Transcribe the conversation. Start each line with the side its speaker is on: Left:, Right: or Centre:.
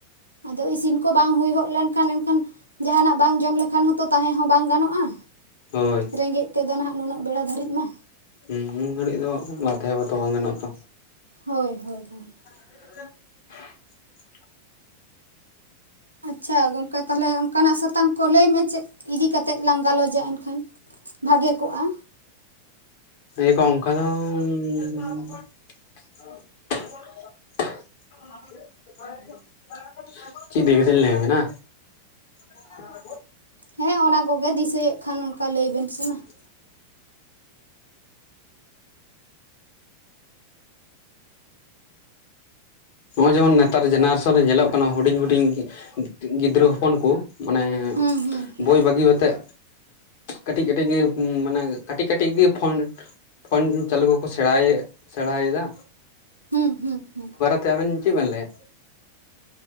Right: ᱟᱫᱚ ᱤᱥᱤᱱ ᱠᱚ ᱵᱟᱝ ᱦᱩᱭ ᱦᱚᱜ ᱞᱮᱱᱠᱷᱟᱱ ᱮᱱᱠᱷᱟᱱ, ᱡᱟᱦᱟᱱᱟᱜ ᱵᱟᱝ ᱡᱚᱢ ᱞᱮᱠᱷᱟᱱ ᱦᱚᱸᱛᱚ ᱛᱟᱦᱮᱸ ᱦᱚᱸ ᱵᱟᱝ ᱜᱟᱱᱚᱜ-ᱟ᱾
Left: ᱦᱳᱭ
Right: ᱨᱮᱸᱜᱮᱡ ᱛᱮ ᱫᱚ ᱱᱟᱜ ᱱᱩᱱᱟᱹᱜ ᱵᱮᱲᱟ ᱫᱷᱟᱹᱨᱤᱡ ᱢᱟ᱾
Left: ᱦᱮᱸ, ᱱᱩᱱ ᱜᱷᱟᱹᱲᱤᱡ ᱫᱚ ᱵᱟᱝ ᱛᱟᱦᱮᱣᱟ ᱛᱚ ᱵᱟᱝ ᱜᱟᱱᱚᱜ-ᱟ ᱛᱚ,
Right: ᱦᱳᱭ ᱦᱳᱭ ᱦᱳᱭ,
Left: <unintelligible>
Right: ᱟᱪᱪᱷᱟ, ᱜᱚᱢᱠᱮ ᱛᱟᱦᱚᱞᱮ ᱚᱱᱠᱟᱱᱟᱜ ᱥᱟᱛᱟᱢ ᱠᱚ ᱞᱟᱹᱭ ᱢᱮ ᱪᱮᱫ ᱤᱫᱤ ᱠᱟᱛᱮᱫ ᱞᱟᱝ ᱜᱟᱞᱚᱪᱟ ᱮᱱ ᱠᱷᱟᱱ ᱵᱷᱟᱜᱮ ᱠᱚᱜ-ᱟ᱾
Left: ᱤᱭᱟᱹ ᱠᱚ ᱚᱝᱠᱟ ᱫᱚᱝ, <unintelligible> ᱪᱮᱫ ᱤᱫᱤ ᱠᱟᱛᱮᱧ ᱞᱟᱹᱭ ᱵᱤᱱᱟ? <unintelligible>
Right: ᱦᱮᱸ, ᱚᱱᱟ ᱠᱚᱜᱮ ᱫᱤᱥᱟᱹᱭᱮᱫ ᱠᱷᱟᱱ ᱚᱱᱠᱟ ᱞᱟᱹᱭ ᱵᱤᱱ ᱥᱮ ᱢᱟ ᱾
Left: <unintelligible> <unintelligible> ᱦᱚᱸᱜ-ᱚᱭ ᱡᱮᱢᱚᱱ ᱱᱮᱛᱟᱨ ᱡᱮᱱᱟᱨᱮᱥᱚᱱ ᱨᱮ ᱧᱮᱞᱚᱜ ᱠᱟᱱᱟ ᱦᱩᱰᱤᱧ ᱦᱩᱰᱤᱧ ᱜᱤᱫ ᱜᱤ-ᱜᱤᱫᱽᱨᱟᱹ ᱦᱚᱯᱚᱱ ᱠᱚ ᱢᱟᱱᱮ
Right: ᱦᱩᱸ ᱦᱩᱸ ᱦᱩᱸ
Left: ᱵᱳᱭ ᱵᱟᱹᱜᱤᱣ ᱟᱛᱮᱜ ᱠᱟᱹᱴᱤᱡ ᱠᱟᱹᱴᱤᱡ ᱜᱮ ᱢᱟᱱᱮ ᱠᱟᱹᱴᱤᱡ ᱠᱟᱹᱴᱤᱡ ᱜᱮ ᱯᱷᱳᱱ ᱯᱷᱳᱱ ᱪᱟᱹᱞᱩ ᱠᱚ ᱠᱚ ᱥᱮᱲᱟᱭᱮᱫ ᱥᱮᱬᱟᱭᱮᱫᱟ᱾
Right: ᱦᱩᱸ ᱦᱩᱸ ᱦᱩᱸ,
Left: ᱛᱮ ᱟᱵᱮᱱ ᱪᱮᱫ ᱵᱮᱱ ᱞᱟᱹᱭᱟ?